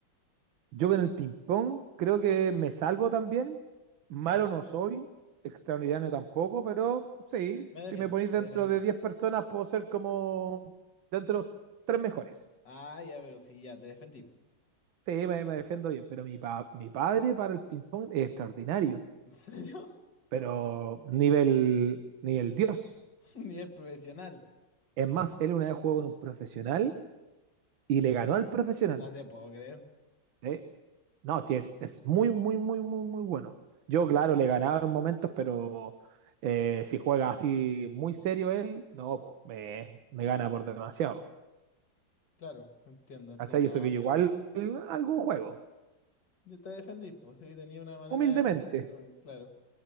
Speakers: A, on the right; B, on the left.
A: yo con el ping-pong creo que me salvo también. Malo
B: ¿Ya?
A: no soy, extraordinario tampoco, pero sí,
B: Me defiendo,
A: si me ponéis
B: te
A: dentro
B: defendí.
A: de 10 personas, puedo ser como dentro de los tres mejores.
B: Ah, ya, pero sí, ya, te defendí. po.
A: Sí, me, me defiendo bien, pero mi, pa- mi padre para el ping-pong es extraordinario,
B: ¿En serio?
A: pero nivel, nivel Dios.
B: <laughs> Nivel profesional.
A: Es más, él una vez jugó con un profesional y
B: ¿En serio?
A: le ganó al profesional.
B: No te puedo creer.
A: Sí. No, sí,
B: Ni-
A: es, es
B: Oh.
A: muy, muy, muy, muy, muy bueno. Yo, claro, le ganaba en momentos, pero eh, si juega así muy serio él, no, po, me, me gana por demasiado.
B: Claro, entiendo, entiendo.
A: Hasta eso
B: No,
A: que
B: pero
A: yo igual algo juego.
B: yo te defendí, pues sí, tenía una manera
A: Humildemente,
B: de defenderte, con- claro.